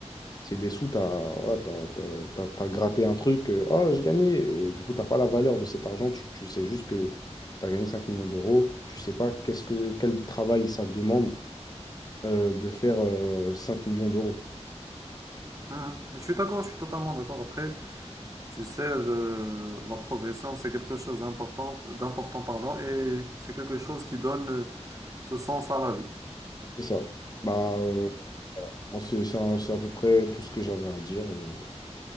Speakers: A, on the left; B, on the right.
A: c'est des sous, t'as, voilà, t'as, t'as- t'as- t'as gratté un truc, euh, oh, j'ai gagné. Et du coup, t'as pas la valeur de cet argent. Tu, tu sais juste que tu as gagné 5 millions d'euros. Tu sais pas qu'est-ce que, quel travail ça demande euh, de faire euh, 5 millions d'euros.
B: Mhm. Je suis d'accord, je suis totalement d'accord. Après, tu sais, le- la progression, c'est quelque chose d'important, d'important, pardon, et c'est quelque chose qui donne euh, ce sens à la vie.
A: C'est ça. Bah, euh, moi, c'est c'est un- c'est à peu près tout ce que j'avais à dire euh,